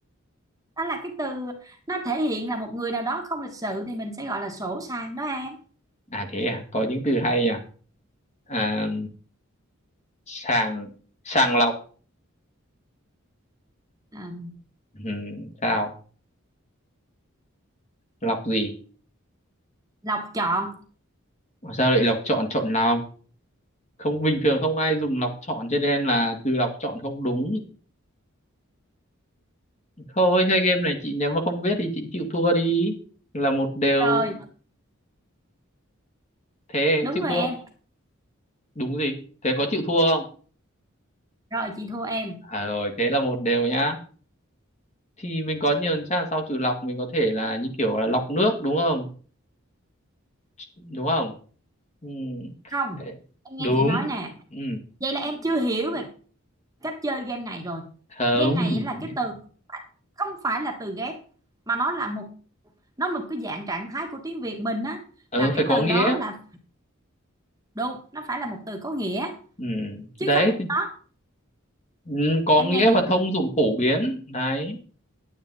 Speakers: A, on the right; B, on the left.
A: đó là cái từ nó thể hiện là một người nào đó không lịch sự thì mình sẽ gọi là sổ sàng đó em
B: à thế à có những từ hay nhỉ à, sàng sàng lọc
A: à,
B: ừ, sao lọc gì
A: lọc chọn
B: mà sao lại lọc chọn chọn nào không bình thường không ai dùng lọc chọn cho nên là từ lọc chọn không đúng thôi thế game này chị nếu mà không biết thì chị chịu thua đi là một đều
A: rồi
B: thế
A: đúng
B: chịu
A: rồi
B: thua
A: em
B: đúng gì thế có chịu thua không
A: rồi chị thua em
B: à rồi thế là một đều nhá thì mình có nhiều chắc là sau trừ lọc mình có thể là như kiểu là lọc nước đúng không đúng không ừ.
A: không
B: Thế-
A: em
B: đúng
A: nghe chị nói nè
B: ừ.
A: vậy là em chưa hiểu về cách chơi game này rồi
B: không
A: game này là cái từ không phải là từ ghép mà nó là một nó là một cái dạng trạng thái của tiếng Việt mình á
B: ừ
A: là
B: phải
A: cái
B: có
A: từ
B: nghĩa
A: đó là Đúng, nó phải là một từ có nghĩa
B: ừ.
A: chứ
B: đấy
A: không đó.
B: ừ, có
A: Em
B: nghĩa
A: nghe chị
B: và thông dụng phổ biến đấy